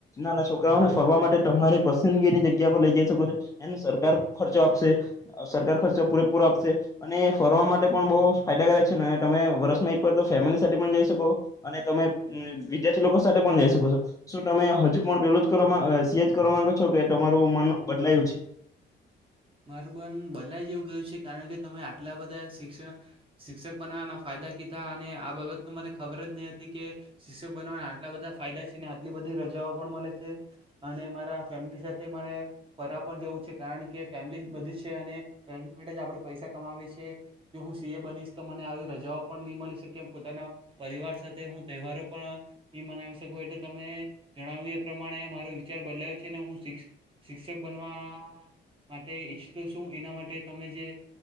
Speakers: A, on the left; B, on the right.
A: નાના છોકરાઓને ફરવા માટે તમારી પસંદગીની જગ્યા પર લઈ જઈ શકો છો એનો સરકાર ખર્ચો આપશે અ સરકાર ખર્ચો પૂરેપૂરો આપશે અને ફરવા માટે પણ બહુ ફાયદાકારક છે ને તમે વર્ષમાં એકવાર તો ફેમિલી સાથે પણ જઈ શકો અને તમે ને વિદ્યાર્થી લોકો સાથે પણ જઈ શકો છો શું તમે હજુ પણ પેલું જ કરવામાં અ સીએ જ કરવા માંગો છો કે તમારું મન બદલાયું છે.
B: મારું મન બદલાય જેવું ગયું છે કારણ કે તમે આટલા બધા શિક્ષણ શિક્ષક બનાવવાના ફાયદા કીધા અને આ બાબત તો મને ખબર જ નહી હતી કે શિક્ષક બનવાના આટલા બધા ફાયદા છે ને આટલી બધી રજાઓ પણ મળે છે અને મારા ફેમિલી સાથે મારે ફરવા પણ જવું છે. કારણ કે ફેમિલી જ બધી છે અને ફેમિલી માટે જ આપણે પૈસા કમાવીએ છીએ કે હું સી એ બનીશ તો મને આવી રજાઓ પણ નહીં મળી શકે એમ પોતાના પરિવાર સાથે હું તહેવારો પણ નહી મનાવી શકું એટલે તમે જણાવ્યું એ પ્રમાણે મારો વિચાર બદલાયો છે ને હું શિક્ શિક્ષક બનવા માટે ઈચછું છું એના માટે તમે જે